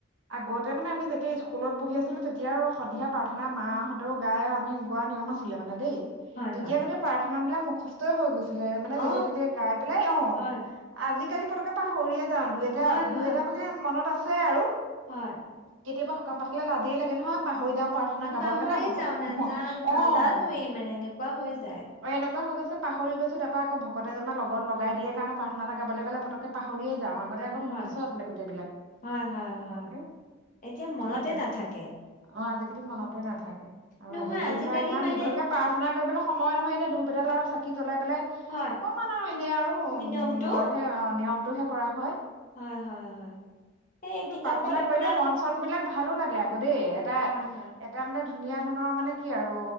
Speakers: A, on the right; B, on the left.
A: আগতে মানে আমি যেতিয়া স্কুলত পঢ়ি আছিলোঁ তেতিয়া আৰু সন্ধিয়া প্ৰাৰ্থনা মাহঁতেও গাই আৰু আমি গোৱা নিয়ম আছিলে মানে দেই।
B: হয়
A: তেতিয়া
B: হয়
A: গোটেই পাৰ্থ থনাবিলাক মুখস্থই হৈ গৈছে। ছিলে, মানে
B: অ
A: যেতিয়াই তেতিয়াই গাই পেলাই অ'।
B: হয়
A: আজিকালি পতককে পাহৰিয়ে যাওঁ, দুই এটা,
B: হয়
A: দুই
B: হয়
A: এটা মানে মনত আছে আছে আৰু
B: হয়।
A: কেতিয়াবা সকাম পাতিলে লাজেই লাগে নহয়। পাহৰি যাওঁ প্ৰাৰ্থনা গাব
B: পাহৰিয়ে
A: লাগে না ভকত
B: যাওঁ নাজান
A: অ',
B: নাজানোৱেই
A: অ'
B: মানে এনেকুৱা হৈ যায়
A: এনেকুৱা হৈ গৈ পাহৰি গৈছো তাৰপা আকৌ ভকতে যেনিবা লগত লগাই দিয়ে কাৰণে পাৰ্থ না এটা গাবলে ক'লে পতককে পাহৰিয়ে যাওঁ আগতে আকৌ
B: হয়।
A: মুখস্থ আছিলে গোটেই বিলাককে
B: হয় হয় হয় এতিয়া মনতে
A: সেই
B: নাথাকে
A: অ আজিকালি মনতে নাথাকে আৰু
B: নহয়
A: আজিকালি ধৰা ইমান
B: মানে
A: দীঘলকে প্ৰাৰ্থনা কৰিবলৈ সময় নহয় এনে ধুপ এডাল আৰু চাক কি জলে বোলে
B: হয়
A: অকমান আৰু এনে আৰু উম
B: নিয়মটো
A: অ নিয়মটোহে কৰা হয়
B: হয় হয় হয় এই
A: কিন্তু
B: কিতাপত
A: প্ৰাৰ্থনা
B: আপোনাৰ
A: কৰিলে মন চন বিলাক ভালো লাগে আকৌ দেই এটা
B: হয় হয়
A: এটা মানে ধুনীয়া ধৰণৰ মানে কি আৰু